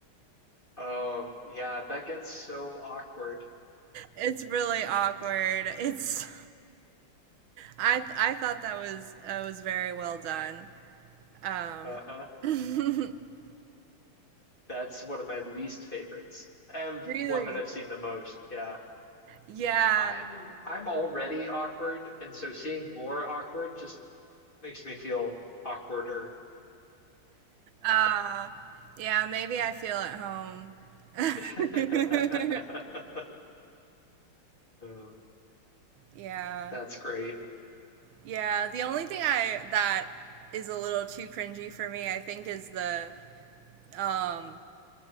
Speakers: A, on the left; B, on the right.
A: Oh, yeah, that gets so awkward.
B: It's really awkward. It's I I thought that was uh, was very well done. Um,
A: Uh-huh.
B: <laughs>
A: That's one of my least favorites and
B: really,
A: one that I've seen the most. Yeah.
B: yeah,
A: I'm I'm already awkward, and so seeing more awkward just makes me feel awkwarder.
B: uh, yeah. Maybe I feel at home. <laughs>
A: <laughs> Oh,
B: Yeah,
A: that's great.
B: yeah. The only thing I that is a little too cringy for me, I think, is the um